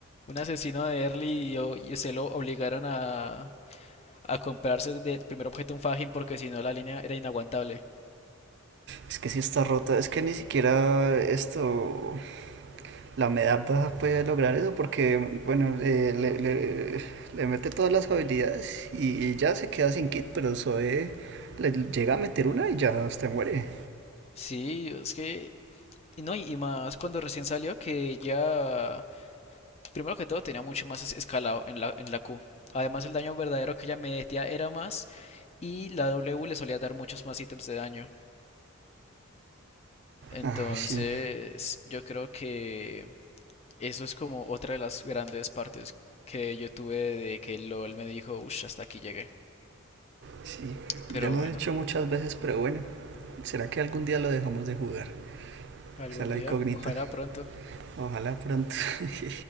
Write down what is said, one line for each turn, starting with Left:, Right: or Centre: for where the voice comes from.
Left: Un asesino de early y, o- y se lo obligaron a, a comprarse de primer objeto un Fajin porque si no la línea era inaguantable.
Right: Es que sí está rota. Es que ni siquiera esto, la Medarda puede lograr eso porque, bueno, eh, le, le, le mete todas las habilidades y, y ya se queda sin kit, pero Zoe le llega a meter una y ya hasta muere.
Left: Sí, es que. Y no, y más cuando recién salió que ya. Primero que todo tenía mucho más es- escalado en la, en la Q. Además, el daño verdadero que ella metía era más. Y la W le solía dar muchos más ítems de daño. Entonces,
Right: Ah, sí,
Left: yo creo que eso es como otra de las grandes partes que yo tuve de que LOL me dijo, uff, hasta aquí llegué.
Right: sí.
Left: Pero
Right: Ya lo
Left: bueno,
Right: he dicho muchas veces, pero bueno, ¿será que algún día lo dejamos de jugar?
Left: algún
Right: Esa es la
Left: día,
Right: incógnita.
Left: ojalá pronto.
Right: Ojalá pronto. <laughs>